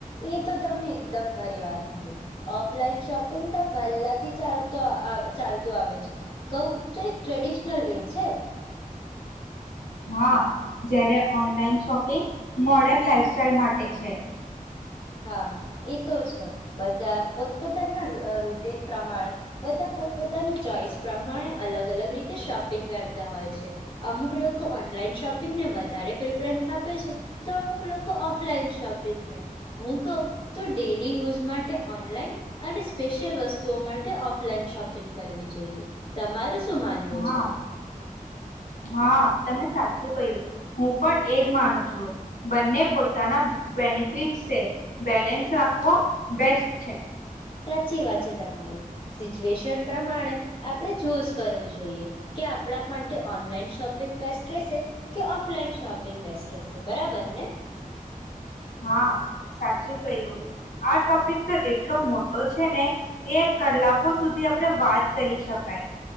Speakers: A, on the left; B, on the left.
A: એ તો તમે એકદમ ફરી વાત કહી ઓફલાઈન શોપિંગ તો પહેલાથી ચાલતો ચાલતું આવે છે કવ તો એક ટ્રેડિશનલ વે છે.
B: હા જયારે ઓનલાઈન શોપિંગ મોર્ડર્ન લાઈફાઈલ માટે છે.
A: હા એ તો છે બધા પોતપોતાના રૂટીન પ્રમાણે બધા પોતપોતાની ચોઈસ પ્રમાણે અલગ અલગ રીતે શોપિંગ કરતા હોય છે. અમુક લોકો ઓનલાઈન શોપિંગને વધારે પ્રેફરન્સ આપે છે તો અમુક લોકો ઓફલાઈન શોપિંગને. હું કહું તો ડેલી યુઝ માટે ઓનલાઈન અને સ્પેશિયલ વસ્તુઓ માટે ઓફલાઈન શોપિંગ કરવી જોઈએ. તમારું શું માનવું
B: હા
A: છે?
B: હા તમે સાચું કહ્યું હું પણ એજ માનું છું બંને પોતાના બેનિફિટ છે બેલેન્સ રાખવો બેસ્ટ છે.
A: સાચી વાત છે તમારી. સિચ્યુએશન પ્રમાણે આપણે ચુઝ કરવું જોઈએ કે આપણા માટે ઓનલાઈન શોપિંગ બેસ્ટ રહેશે કે ઓફલાઈન શોપિંગ બેસ્ટ રહેશે. બરાબર ને?
B: હા સાચું કય્યું આ ટોપિક તો એટલો મોટો છે ને કે કલાકો સુધી આપણે વાત કરી શકાય.